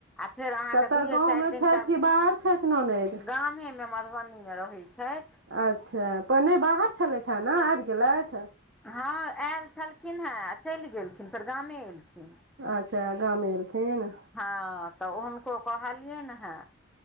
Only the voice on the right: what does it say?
कतय
गाँवमे
छथि
कि बाहर छथि ननैद
अच्छा पहिने बाहर छलैथ हेँ ने आबि गेलैथ
अच्छा गाँमे एलखिन